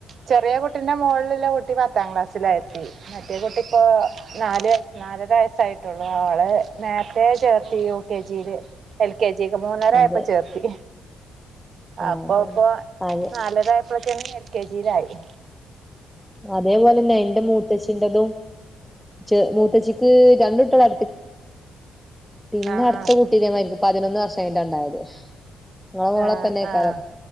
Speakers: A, on the right; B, in the centre.
A: ചെറിയ കുട്ടിൻ്റെ മോള്‌ലില്ല കുട്ടി പത്താം ക്ലാസ്സിലാ എത്തി മറ്റേ കുട്ടി ഇപ്പൊ നാല് വയസ് നാലര വയസ്സായിട്ടുള്ളു അവള് നേരത്തെ ചേർത്തീ യു കെ ജി ല് എൽ ക്കേ ജി ക് മൂന്നരയായപ്പോ
B: അതെ
A: ച്ചേർത്തി
B: ആ
A: ആപ്
B: അതെ
A: പ്പോ
B: അതെ
A: പ്പോ
B: അതെ
A: നാലരായ ഇപ്പതന്ന്യൽ കെ ജിലായ്
B: അതേപോലന്നെ ഇന്റെ മൂത്തച്ചിന്റെതും. ചെ മൂത്തച്ചിക്ക് രണ്ടുട്ടളാ പിന്നെ
A: ആഹ്
B: അടുത്ത
A: ആഹ്
B: കുട്ടീക്ക് പതിനൊന്ന് വർഷത്തി ഉണ്ടായത് നിളെ മോളപ്പന്നെക്കാലം
A: ആഹ് ആഹ്